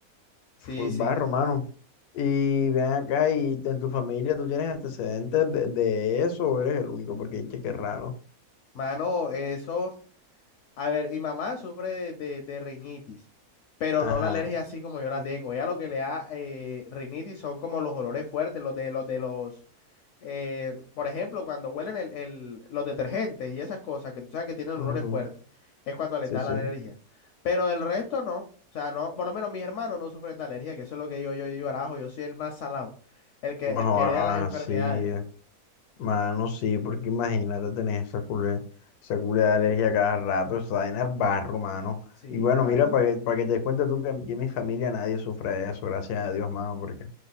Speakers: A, on the left; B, on the left.
A: Sí,
B: Full
A: sí.
B: barro, mano. Y ven acá, y en tu familia, ¿tú tienes antecedentes de, de eso o eres el único? Porque hay que raro.
A: Mano, eso. A ver, mi mamá sufre de, de, de rinitis, pero
B: Ajá.
A: no la alergia así como yo la tengo. Ella lo que le da eh, rinitis son como los olores fuertes, los de los de los eh, por ejemplo, cuando huelen el- el- los detergentes y esas cosas que tú sabes que tienen
B: ujú,
A: olores fuertes, es cuando les
B: Sí,
A: da
B: sí.
A: la alergia. Pero el resto no. O sea, no, por lo menos mis hermanos no sufren de alergia, que eso es lo que digo yo, yo digo, arajo, yo soy el más salado, el que,
B: Ah,
A: el que hereda las enfermedades.
B: sí. eh. Mano, sí, porque imagínate tener esa culé, esa culé de alergia a cada rato, esa vaina es barro, mano.
A: Sí,
B: Y bueno,
A: mano.
B: mira, para que, para que te des cuenta tú que en mi familia nadie sufre de eso, gracias a Dios, mano, porque